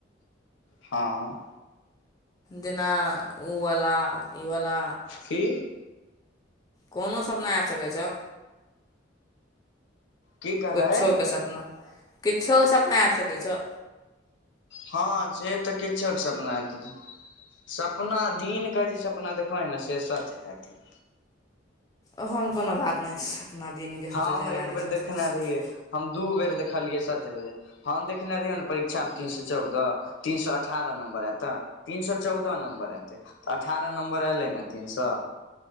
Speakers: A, on the left (about 70°); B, on the left (about 20°).
A: हँ
B: दना ओवला इवला
A: की
B: कोनो सपना आबि सकय छौ
A: की कहलै
B: कुछोके सपना किछोके सपना आबि सकै छौ
A: हँ से तऽ किछोके सपना एतो सपना दिन कअ जे सपना देखबै ने से सच हेतय
B: ओहन कोनो बात नहि छै अपना दिनके
A: हम
B: सोचै छै
A: एक
B: रातिके
A: बेर
B: सोचै
A: देखने
B: छै
A: रहियै हम दू बेर देखलियै सच भेलै हम देखने रहियौ ने परीक्षा मे तीन सए चौदह तीन सए अठारह नम्बर एत तीन सए चौदह नम्बर एतैऽ अठारह नम्बर एलै ने तीन सए